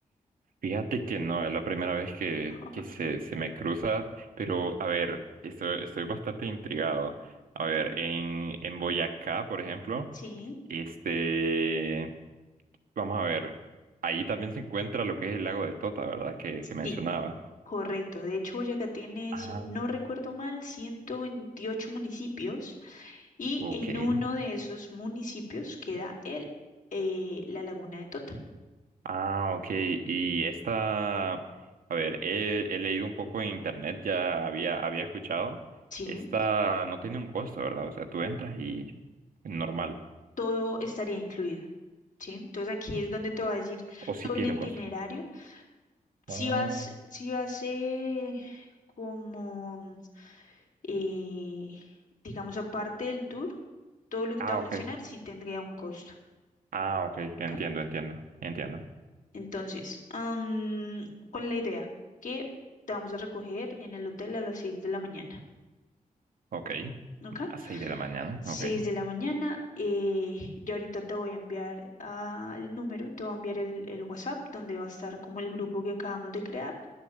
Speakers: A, on the right; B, on the left.
A: Fíjate que no, es la primera vez que,
B: <laughs>
A: que se, se me cruza, pero a ver, estoy, estoy bastante intrigado. A
B: Ok.
A: ver, en, en Boyacá, por ejemplo.
B: Sí,
A: Este, vamos a ver, ahí también se encuentra lo que es el lago de Tota, ¿verdad? Que, que mencionabas.
B: sí, correcto. De hecho, Boyacá tiene,
A: Ah,
B: si no recuerdo mal, 128 municipios y
A: ok.
B: en uno de esos municipios queda el, eh, la Laguna de Tota.
A: Ah, ok. Y esta, a ver, he, he leído un poco en internet, ya había, había escuchado.
B: Sí,
A: Esta no tiene un costo, ¿verdad? O sea, tú entras y normal.
B: todo estaría incluido. Sí, entonces aquí es donde te va a decir
A: O sí
B: todo
A: tiene
B: el itinerario.
A: un costo.
B: Si
A: Oh,
B: vas, si vas eh, como Eh, digamos, aparte del tour, todo lo que
A: Ah,
B: te voy a
A: ok.
B: mencionar sí tendría un costo.
A: Ah, ok. Entiendo,
B: ¿ok?
A: entiendo. Entiendo.
B: Entonces, am, ¿cuál es la idea? Que te vamos a recoger en el hotel a las 6 de la mañana.
A: Ok.
B: ¿Ok?
A: A 6 de la mañana.
B: seis
A: Ok.
B: de la mañana. Eh, yo ahorita te voy a enviar al número, te voy a enviar el, el WhatsApp donde va a estar como el grupo que acabamos de crear